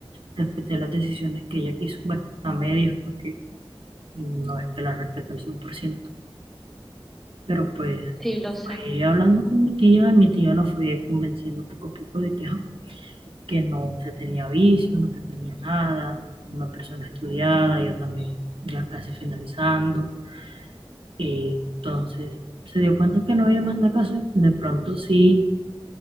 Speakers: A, on the right; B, in the centre.
A: respeté las decisiones que ella quiso, bueno, a medias porque no es que la respete al 100% pero pues
B: sí, lo sé.
A: fue hablando con mi tía, mi tía la fue convenciendo poco a poco de que, ajá, que no se tenía vicio, no se tenía nada, una persona estudiada, yo también ya casi finalizando. Y entonces se dio cuenta que no había más nada que hacer. De pronto sí,